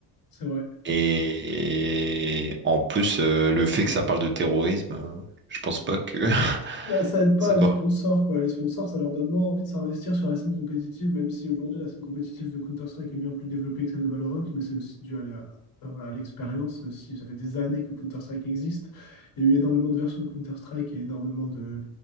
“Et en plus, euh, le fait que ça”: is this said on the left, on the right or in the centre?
Right